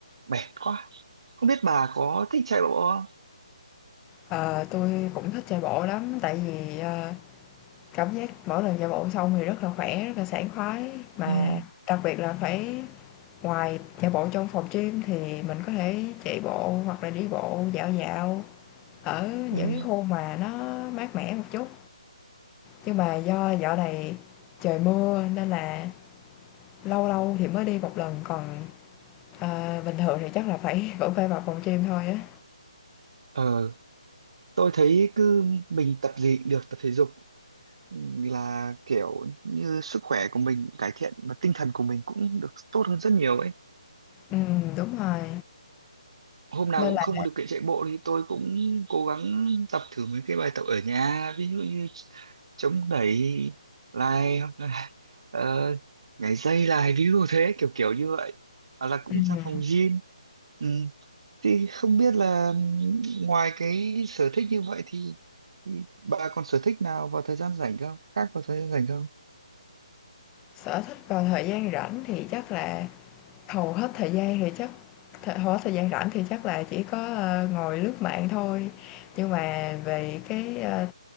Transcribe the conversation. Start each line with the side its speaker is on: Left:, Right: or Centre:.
Right: mệt quá. không biết bà có thích chạy bộ không?
Left: Ờ, tôi cũng thích chạy bộ lắm tại vì ờ, cảm giác mỗi lần chạy bộ xong thì rất là khỏe, rất là sảng khoái mà
Right: Ừ,
Left: đặc biệt là phải ngoài chạy bộ trong phòng gym thì mình có thể chạy bộ hoặc là đi bộ dạo dạo Ở những
Right: ừ.
Left: cái khu mà nó mát mẻ một chút, nhưng mà do dạo này trời mưa nên là lâu lâu thì mới đi một lần, còn, ờ, bình thường thì chắc là phải <laughs> vẫn phải vào phòng gym thôi á.
Right: Ờ, tôi thấy cứ mình tập gì cũng được tập thể dục ừ, là kiểu như sức khỏe của mình cải thiện và tinh thần của mình cũng được tốt hơn rất nhiều ấy.
Left: Ừm, đúng rồi,
Right: Hôm nào
Left: nên
Right: cũng
Left: là
Right: không có điều kiện chạy bộ thì tôi cũng cố gắng tập thử mấy cái bài tập ở nhà, ví dụ như chống đẩy lại <laughs> hoặc là ờ, nhảy dây lại ví dụ thế kiểu kiểu như vậy. Hoặc là cũng
Left: ừm,
Right: ra phòng gym. Ừ. Thì không biết là ngoài cái sở thích như vậy thì bà còn sở thích nào vào thời gian rảnh không? Khác vào thời gian rảnh không?
Left: sở thích vào thời gian rảnh thì chắc là hầu hết thời gian thì chắc th hầu hết thời gian rảnh thì chắc là chỉ có, ơ, ngồi lướt mạng thôi, nhưng mà về cái, ơ,